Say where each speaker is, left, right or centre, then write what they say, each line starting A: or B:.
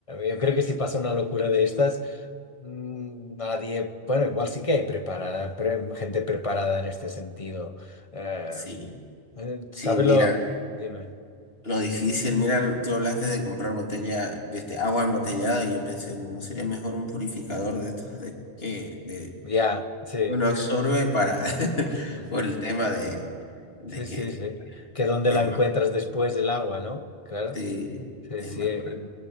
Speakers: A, on the left; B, on the left.
A: yo creo que si pasa una locura de estas, mm, nadie, bueno, igual sí que hay preparada, pre- gente preparada en este sentido. Eh,
B: Sí,
A: eh,
B: sí,
A: ¿sabes
B: mira.
A: lo? Dime.
B: Lo difícil, mira, tú hablaste de comprar botella, este, agua embotellada y yo pensé, ¿no sería mejor un purificador de estos de que de
A: Ya, sí.
B: uno absorbe para <laughs>
A: Ujú.
B: por el tema de, de
A: Sí, sí,
B: que
A: sí. Que dónde
B: es
A: la
B: más,
A: encuentras después del agua, ¿no? Claro.
B: sí,
A: Sí,
B: es
A: sí.
B: más,
A: eh,